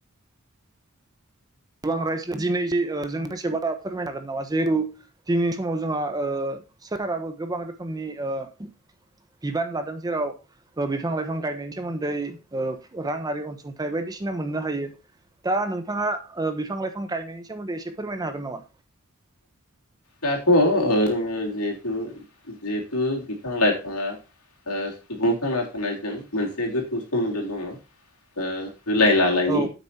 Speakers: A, on the right (about 15°); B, on the left (about 85°).
A: गोबां <unintelligible> दिनै ओह जों फंसे बाथ्रा फोरमायनो हागोन नामा जिहेथु दिनैनि समाव जोंहा ओह सोरखाराबो गोबां रोखोमनि ओह बिबान लादों जेराव ओह बिफां लाइफां गायनायनि सोमोन्दै ओह रां आरि अनसुंथाइ बायदिसिना मोननो हायो दा नोंथाङा। ओह बिफां लाइफां गायनायनि सोमोन्दै एसे फोरमायनो हागोन नामा।
B: दाथ' ओ जोङो जिहेथु जिहेथु बिफां लाइफाङा ओह सुबुं थांना थानायजों मोनसे गोथौ सोमोन्दो दङ ओह। होलाय लालायनि
A: औ